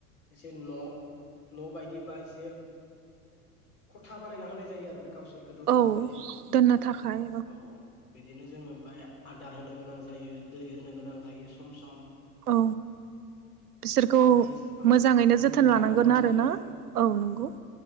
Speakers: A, on the left; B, on the right.
A: एसे न न बायदि बा एसे खथा बानायना होनाय जायो आरो गावसोरखो दुनो
B: औ
A: थाखाय
B: दोननो
A: औ
B: थाखाय
A: औ बि बिदिनो जोङो ओमफाय आदार होनो गोनां जायो दै होनो गोनां जायो सम सम ।
B: औ बिसोरखौ
A: ओमफाय औ
B: मोजाङै नो जोथोन
A: नोजोर
B: लानांगोन
A: लानो गोनां
B: आरोना
A: जायो
B: औ नंगौ